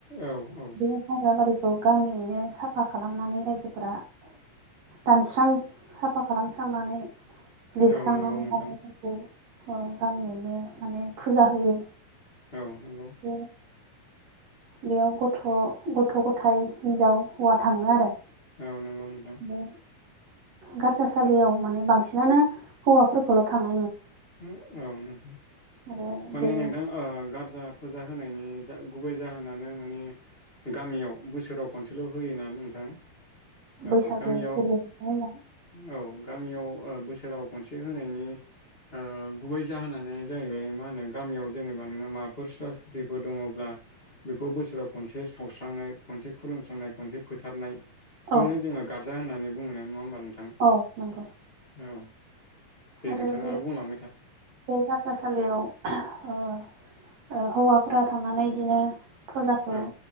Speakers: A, on the left; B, on the right.
A: औ औ
B: बे हाग्राबारिखौ गामियैनो साफा खालामनानै रायजोफोरा दानस्रां साफा खालामस्रांनानै लिरस्रांनांगौ
A: औ नंगौ नोंथां
B: <unintelligible> गामियावनो माने फुजा होयो
A: औ नंगौ
B: बे बेयाव गथ' गथ' गथायाइ हिन्जाव हौवा थाङो आरो
A: औ नंगौ नोंथां
B: बे गारजासालियाव माने बांसिनानो हौवाफोरखौल' थाङो
A: <unintelligible>
B: आरो
A: माने
B: बे
A: नोंथां ओ गारजा फुजा होनायनि जा गुबै जाहोनानो माने गामियाव बोसोराव खनसेल' होयोनानै नों- थां ओ
B: बैसागु
A: गामियाव
B: फोरबो जोबनायनि उनाव
A: औ गामियाव ओ बोसोराव खनसे होनायनि ओ गुबै जाहोनानो जाहैबाय मा होनो गामियाव जेनेबा नोङो माबाफोर सुवा सुथिफोर दङब्ला बेखौ बोसोराव खनसे सावस्रांनाय खनसे खुलुमस्रांनाय खनसे फोथारनाय खौनो
B: औ
A: जोङो गार्जा होननानै बुङो ना नङा होनबा नोंथां?
B: औ नंगौ
A: औ दे
B: आरो
A: नोंथाङा
B: बे
A: बुंलां
B: बे हान्थासालियाव अ'ओ ओ हौवाफोरा थांनानै बिदिनो फुजाखौ
A: औ